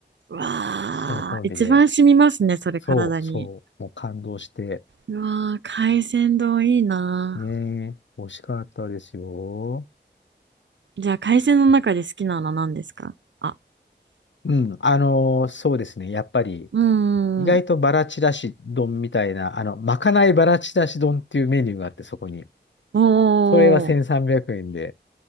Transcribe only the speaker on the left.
そのコンビで、
そう、そう、もう感動して、
ねえ、美味しかったですよ。
うん、あのーそうですね、やっぱり、
意外とバラちらし丼みたいな、
あの、まかないバラちらし丼っていうメニューがあって、そこに。
それは1300円で、